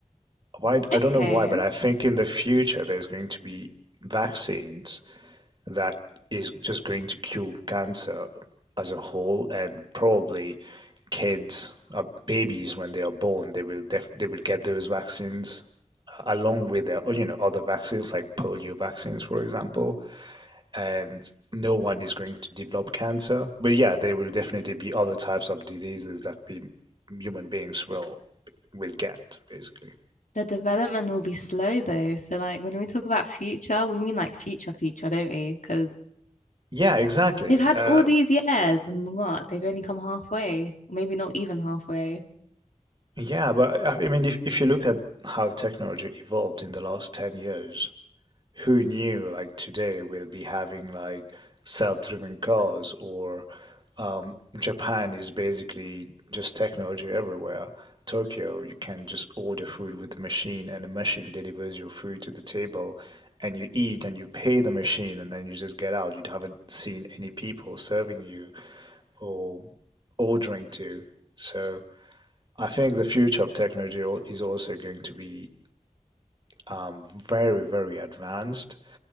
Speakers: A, on the right (about 40°); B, on the left (about 85°).
A: why I
B: Okay.
A: don't know why, but I think in the future there's going to be vaccines that is just going to cure cancer as a whole, and probably kids, uh, babies when they are born, they will def they will get those vaccines uh, along with their, you know, other vaccines like polio vaccines, for example, and no one is going to develop cancer. But yeah, there will definitely be other types of diseases that we human beings will will get, basically.
B: The development will be slow though. So like when we talk about future, we mean like future future, don't we? Because
A: Yeah, exactly.
B: they've had
A: Uh,
B: all these years and what? They've only come halfway, maybe not even halfway.
A: yeah, but uh, I mean, if, if you look at how technology evolved in the last 10 years, who knew like today we'll be having like self-driven cars or um, Japan is basically just technology everywhere. Tokyo, you can just order food with the machine and the machine delivers your food to the table and you eat and you pay the machine and then you just get out. You haven't seen any people serving you or ordering to. So I think the future of technology is also going to be um, very, very advanced.